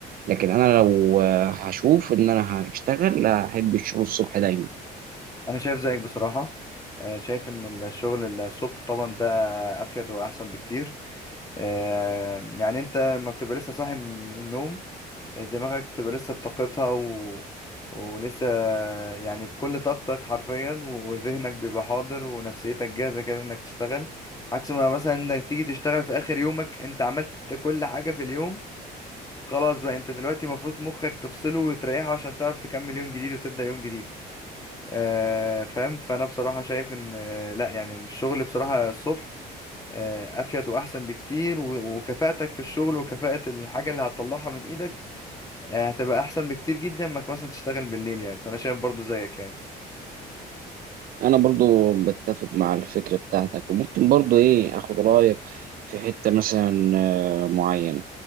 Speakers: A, on the right; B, on the left.
A: لكن انا لو آه، هشوف ان انا هشتغل لا احب الشغل الصبح دايما
B: انا شايف زيك بصراحه آه، شايف ان الشغل الصبح طبعا ده افيد واحسن بكتير آه، يعني انت ما بتبقى لسه صاحي من النوم دماغك بتبقى لسه بطاقتها و... ولسه يعني بكل طاقتك حرفيا وذهنك بيبقى حاضر ونفسيتك جاهزه كده انك تشتغل عكس ما مثلا انك تيجي تشتغل في اخر يومك انت عملت كل حاجه في اليوم خلاص بقى انت دلوقتي المفروض مخك تفصله وتريحه عشان تعرف تكمل يوم جديد وتبدأ يوم جديد آه، فاهم فانا بصراحه شايف ان آه، لا يعني إن الشغل بصراحه الصبح آه، افيد واحسن بكتير و- وكفاءتك في الشغل وكفاءه الحاجه اللي هتطلعها من ايدك آه، هتبقى احسن بكتير جدا ما مثلا تشتغل بالليل يعني فانا شايف برضو زيك يعني
A: انا برضو بتفق مع الفكره بتاعتك وممكن برضو ايه اخد رايك في حته مثلا آه، معينه